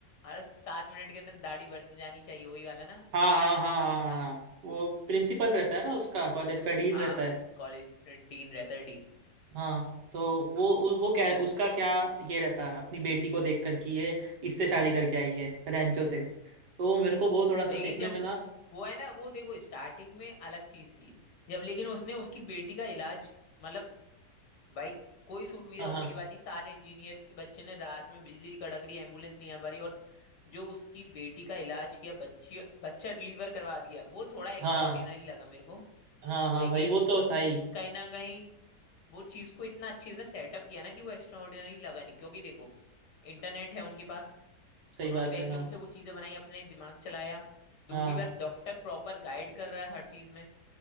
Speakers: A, on the left; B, on the right.
A: हर सात मिनट के अंदर दाढ़ी बन जानी चाहिए वही वाला ना
B: हाँ हाँ हाँ हाँ हाँ वो प्रिंसिपल रहता है ना उसका कॉलेज का डीन
A: हाँ
B: रहता है
A: कॉलेज डीन रहता है डीन
B: हाँ तो वो उ, वो क्या उसका क्या ये रहता है अपनी बेटी को देख कर कि ये इससे शादी करके आई है रैंचो से तो मेरे को वो थोड़ा सा
A: लेकिन
B: देखने
A: जब
B: में ना
A: वो है ना वो देखो स्टार्टिंग में अलग चीज थी जब लेकिन उसने उसकी बेटी का इलाज मतलब भाई कोई सुविधा
B: हाँ
A: होने
B: हाँ
A: के बाद नहीं सारे इंजीनियर के बच्चे ने रात में बिजली कड़क रही एम्बुलेंस नहीं आ पा रही और जो उसकी बेटी का इलाज किया बच्ची बच्चा डिलीवर करवा दिया वो थोड़ा एक्स्ट्रा
B: हाँ
A: ऑर्डिनरी लगा मेरे को
B: हाँ हाँ
A: लेकिन
B: भाई वो तो था ही
A: कहीं ना कहीं वो चीज को इतना अच्छी तरह सेटअप किया ना कि वो एक्स्ट्रा ऑर्डिनरी लगा नहीं क्योंकि देखो इंटरनेट है उनके पास
B: सही
A: उन्होंने
B: बात
A: वैक्यूम
B: है हाँ
A: से वो चीजें बनाई अपने दिमाग चलाया दूसरी
B: हाँ
A: बात डॉक्टर प्रॉपर गाइड कर रहा है हर चीज में